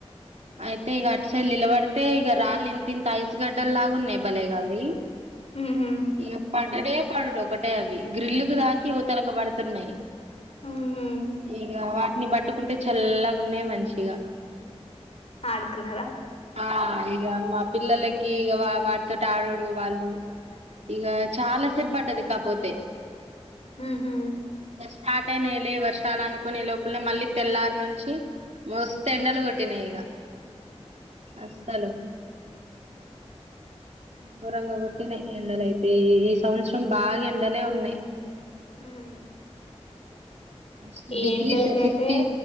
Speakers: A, on the right; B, on the left.
A: అయితే ఇగా అసలు నిలబడితే ఇక రాళ్ళు ఇంత ఇంత ఐస్ గడ్డలు లాగా ఉన్నాయి భలేగా అవి
B: ఉ హ్మ్
A: ఇక పడుడే పడుడు ఒకటే అవి గ్రిల్లుకు తాకి ఇవతలకి పడుతున్నాయి
B: ఉహు
A: ఇక వాటిని పట్టుకుంటే చల్లగా ఉన్నాయి మంచిగా
B: ఆడుకున్నారా
A: ఆ ఇక మా పిల్లలకి ఇ వా వాటితోటి ఆడుడు వాళ్ళు ఇక చాలా సేపు పడ్డది కాకపోతే
B: ఉ హ్మ్
A: స్టార్ట్ అయినయ్ లే వర్షాలు అనుకునే లోపలే మళ్ళీ తెల్లారు నుంచి మస్త ఎండలు కొట్టినాయి ఇగ అసలు గోరంగ కొట్టిన ఎండలయితే ఈ ఈ సంవత్సరం బాగా ఎండలే ఉన్నాయి
B: ఉమ్
A: మస్తు
B: ఈ
A: డిగ్రీస్
B: ఎండలకైతే
A: ఫిఫ్టీ